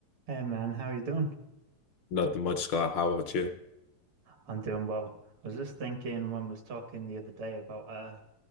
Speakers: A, on the right (about 75°); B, on the left (about 70°).
A: Hey man, how you doing?
B: Nothing much, Scott. How about you?
A: I'm doing well. I was just thinking when we was talking the other day about uh